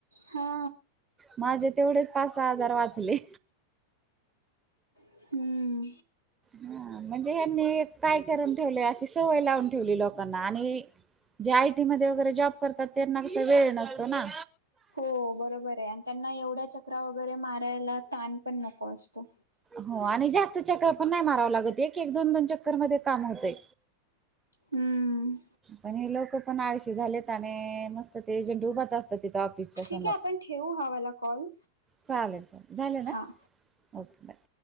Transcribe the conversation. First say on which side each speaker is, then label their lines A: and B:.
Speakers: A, on the right; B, on the right.
A: हा
B: माझे तेवढेच पाच सहा हजार वाचले.
A: हम्म
B: हा म्हणजे ह्यानी काय करून ठेवलेय अशी सवय लावून ठेवली लोकांना आणि जे आयटी मध्ये वगैरे जॉब करतात त्यांना कस वेळ नसतो ना.
A: हो बरोबर आहे आणि त्यांना एवढ्या चकरा वगैरे मारायला ताण पण नको असतो.
B: हो आणि जास्त चकरा पण नाही मारावं लागत एक एक दोन दोन चकर मध्ये काम होतय.
A: हम्म
B: पण हे लोक पण आळशी झालेत आणि नुसत ते एजंट उभाच असतात तिथं ऑफिसच्या
A: ठीक
B: समोर.
A: आहे आपण ठेवू हा वाला कॉल.
B: चालेल चालेल झाल ना
A: हा
B: ओके बाय